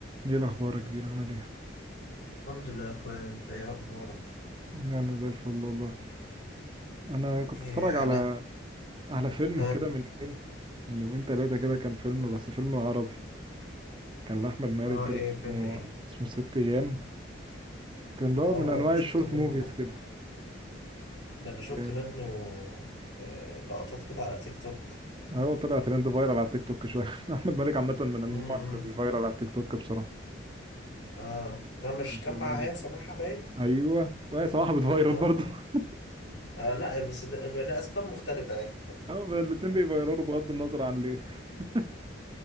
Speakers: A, on the right (about 25°); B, on the left (about 60°).
A: ايه الاخبار يا كبير عامل ايه
B: الحمد لله يا اخويا انت ايه اخبارك
A: انا انا زي الفل والله انا كنت
B: ايه
A: اتفرج على
B: انا
A: على فيلم
B: ها
A: كده من يومين من يومين ثلاثه كده كان فيلم بس فيلم عربي كان لاحمد مالك
B: اه
A: كده
B: ايه
A: اسمه
B: فيلم ايه
A: اسمه ست ايام كان اللي هو
B: اه
A: من انواع
B: انا
A: الشورت
B: شفت منه
A: موفيز كده
B: ده انا شفت
A: يعني
B: منه آه لقطات كده على تيك توك
A: هو طلع ترند فايرال على التيك توك شويه <laughs> احمد مالك عامه من النوع
B: امم
A: اللي بيفايرال على التيك توك بسرعه
B: اه ده مش
A: أحمد
B: كان مع
A: مالك
B: ايه سماحة باين
A: ايوه وهي صراحه بتفايرال
B: اه
A: برضه <laughs>
B: اه لا بس ده ده اسباب مختلفة يعني
A: اه الاتنين بيفايرالوا بغض النظر عن ليه <laughs>